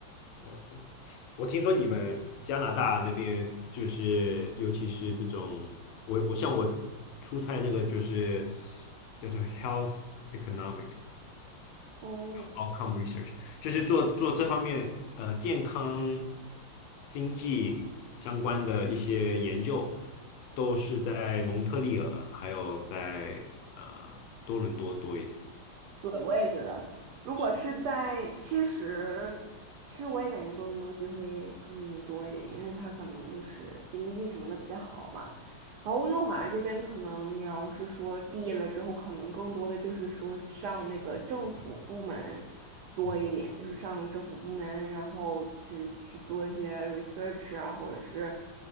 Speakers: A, on the left (about 85°); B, on the right (about 85°).
A: 了解。我听说你们加拿大那边就是，尤其是这种，我我像我出差这个就是叫做 health economics。
B: 嗯，
A: outcome research，就是做做这方面呃健康经济相关的一些研究，都是在蒙特利尔还有在呃多伦多多一点。
B: 对，我也觉得，如果是在其实，
A: 是，
B: 其实我也感觉多伦多机会更多一点，因为它可能就是经济什么的比较好嘛。然后温哥华这边可能你要是说毕业了之后，可能更多的就是说上那个政府部门多一点，
A: 嗯
B: 就是上政府部门，然后就是去做一些 research 啊，或者是